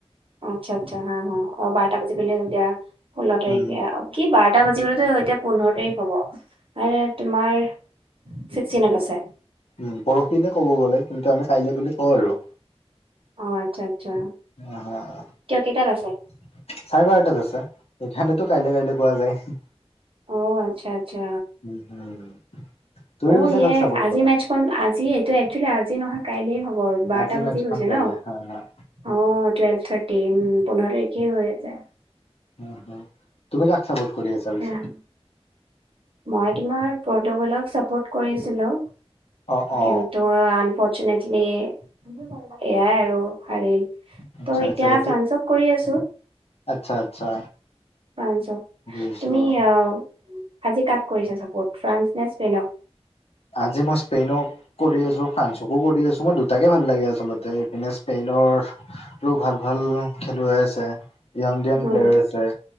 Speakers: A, on the right; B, on the left.
A: আচ্ছা, আচ্ছা। হা। হা। বাৰটা বাজিবলে এতিয়া, ষোল্ল তাৰিখ
B: উম
A: কি বাৰ এ বাজি গ'লেতো এতিয়া পোন্ধৰ তাৰিখ হ'ব, মানে তোমাৰ ছিক্সটিনত আছে।
B: উম। পৰহিলে ক'ব গ'লে, কিন্তু আমি কাইলে বুলি কওঁ আৰু।
A: অ', আচ্ছা। আচ্ছা।
B: <unintelligible>
A: কিয় কেইটাত আছে
B: চাৰে বাৰটাত আছে। এইথানেতো কাইলে কাইলে কোৱা যায়।
A: অ', আচ্ছা। আচ্ছা।
B: উম, উম। তুমি
A: ও
B: পিছে
A: ইয়ে।
B: কাক চাপৰ্ট
A: আজি
B: কৰা
A: মেটচখন, আজি এইটো একচুৱেলি আজি নহয় কাইলে হ'ব। বাৰটা
B: আজি
A: বাজি
B: মেটচখন
A: গৈছে
B: কাইলে
A: ন
B: হয়, হয়।
A: অ, টুৱেল্ভ থাৰ্টি। উম পোন্ধৰ তাৰিখে হৈ আছে।
B: অ, অ। তুমি কাক চাপোৰ্ট কৰি আছা পিছে?
A: এহ, মই তোমাৰ পৰ্টুগলক চাপৰ্ট কৰিছিলোঁ।
B: অ অ
A: কিন্তু আনফৰ্চুনেটলি এয়াই আৰু হাৰিল।
B: আচ্ছা,
A: ত' এতিয়া
B: আচ্ছা। এত',
A: ফ্ৰান্সক কৰি আছো
B: আচ্ছা। আচ্ছা।
A: ফ্ৰান্সক।
B: বুজিছো
A: তুমি আহ আজি কাক কৰিছা চাপৰ্ট ফ্ৰান্স নে স্পেইনক?
B: আজি মই স্পেইনক কৰি আছো, ফ্ৰান্সকো কৰি আছো। মই দুটাকে ভাল লাগে আচলতে এইপিনে স্পেইনৰ ভাল ভাল খেলুৱৈ আছে ইয়াং ইয়াং
A: উম
B: প্লেয়াৰ আছে।